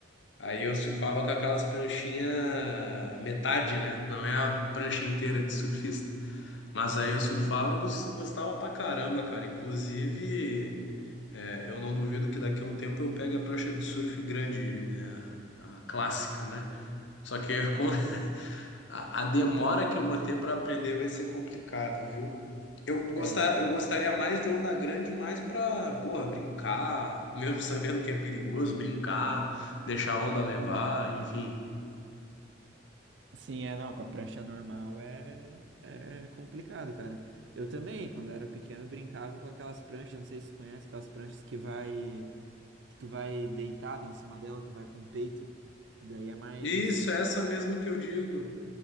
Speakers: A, on the left; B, on the right.
A: Aí eu surfava com aquelas pranchinhas metade, né? Não é a prancha inteira de surfista. Mas aí eu surfava, eu gos- gostava pra caramba, cara. Inclusive. É, eu não duvido que daqui a um tempo eu pegue a prancha de surf grande, a, a clássica, né? Só que com <laughs> a, a demora que eu vou ter para aprender vai ser complicado, viu? Eu gostar,
B: É, de-
A: eu gostaria mais de onda grande, mais para, porra, brincar, <laughs> mesmo sabendo que é perigoso, brincar, deixar a onda levar, enfim.
B: sim, é, não, com a prancha normal é, é complicado, cara. Eu também, quando eu era pequeno, brincava com aquelas pranchas, não sei se você conhece, aquelas pranchas que vai. que tu vai deitado em cima dela, tu vai com o peito, que daí é mais
A: Isso, é essa mesmo que eu digo.